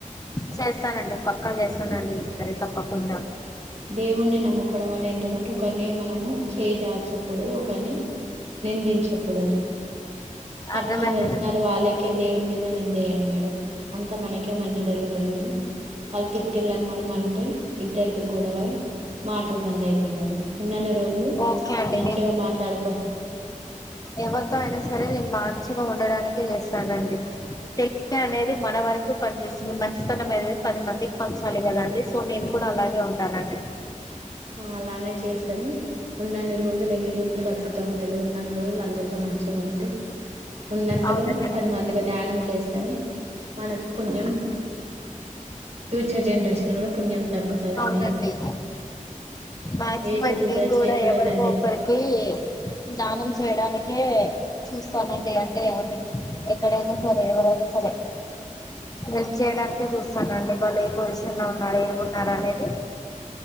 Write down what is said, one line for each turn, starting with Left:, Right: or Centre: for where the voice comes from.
Left: చేస్తానండి పక్కా చేస్తానండి ఈసారి తప్పకుండా
Right: దేవుణ్ణి నమ్ముకోవడం వల్ల ఏంటదంటే ఒకరిని మనము చేయిజార్చకూడదు ఒకరిని నిందించకూడదు తప్పని
Left: అర్థమైందండి
Right: తెలిసిన అది వాళ్ళకే దేవుడి మీద నిందేయడి మేడం అంత మనకే మంచి జరుగుతది గాని వాళ్ళు తిటీళ్ళని మనం అంటే ఇద్దరికి గోడవై మాటలు బంద్ అవుతాయి మేడం ఉన్నన్ని రోజులు
Left: ఓకే అండి
Right: మంచిగా మాట్లాడుకో
Left: ఎవరిలో అయినా సరే నేను మంచిగా ఉండడానికే చేస్తానండి తె అనేది మన వరకు పనిచేస్తుంది మంచితనం అనేది పది మందికి ప చాలి కదాండి సో నేను కూడా అలాగే ఉంటానండి
Right: ఆ అలానే చేస్తని ఉన్నన్ని రోజులు ఎన్ని రోజులు బతుకుతామో తెలిదు ఉన్నన్ని రోజులు అందరితో మంచిగా ఉంటి ఉన్నంతలో
Left: అవునండి
Right: పది మందిగా ధ్యానం చేస్తనే మనకు పుణ్యం ఫ్యూచర్ జనరేషన్ కూడా పుణ్యం దక్కుతదండి
Left: అవునండి మాక్సిమం
Right: ఏది
Left: అయితే
Right: వృధా
Left: నేను కూడా
Right: చేయకూడదండి
Left: ఎవరికోకరికి ధానం చేయడానికే టే చూస్తానండి అంటే ఐ మీన్ ఎక్కడైనా సరే ఎవరైనా సరే హెల్ప్ చేయడానికే చూస్తానండి వాళ్ళ ఏ పో సిషన్ ఉన్నారు ఏమిన్నారు అనేది